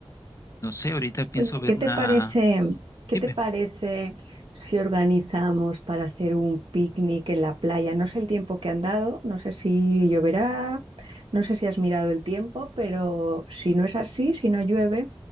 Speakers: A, on the left; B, on the right.
A: no sé, ahorita pienso
B: Oye,
A: ver
B: ¿qué te
A: una...
B: parece, qué
A: Dime.
B: te parece si organizamos para hacer un picnic en la playa? No sé el tiempo que han dado, no sé si lloverá, no sé si has mirado el tiempo, pero si no es así, si no llueve,